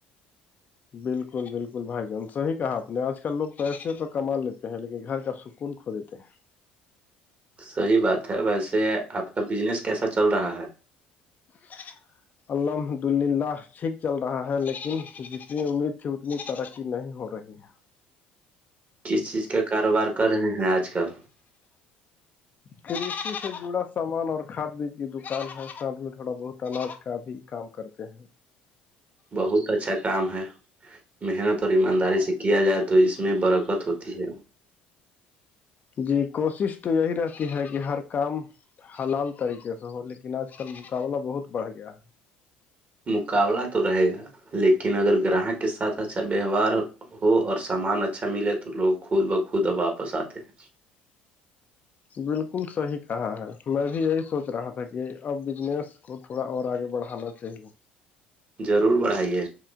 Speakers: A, on the left (about 35°); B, on the right (about 30°).
A: بالکل بالکل بھائی جان صحی کہا آپ نے آج کل لوگ پیسے تو کما لیتے ہیں لیکن گھر کا کون کھو دیتے ہیں
B: صحیح بات ہے ویسے آپ کا بزنس کیسا چل رہا ہے
A: ہ الحمد للہ ٹھیک چل رہا ہے لیکن جتنی امید تھی اتنی ترقی ا نہیں ہو رہی ہے
B: کس چیز کا کاروبار کر رہے ہیں آج کل
A: کرشی سے جڑا سامان اور کھاد بیج کی دکان ہے سھ میں تھوڑا بہت اناج کا بھی کام کرتے ہیں
B: بہت اچھا کام ہے محنت اور ایمانداری سے کیا جائے تو اس میں برکت ہوتی ہے
A: جی کوشش تو یہی رہتی ہے کہ ہر کام حلال طریقے سے ہو لیکن آج کل مقابلہ بہت بڑھ گیا ہے
B: مقابلہ تو رہے گا لیکن اگر گراہک کے ساتھ اچھا ویوہار ہو اور سامان اچھا ملے تو لوگ خود بخود اب واپس آتے ہیں
A: بالکل صحیح کہا ہے میں بھی یہی سوچ رہا تھا کہ اب بجنس اس کو تھوڑا اور آگے بڑھانا چاہیے
B: ضرور بڑھائیے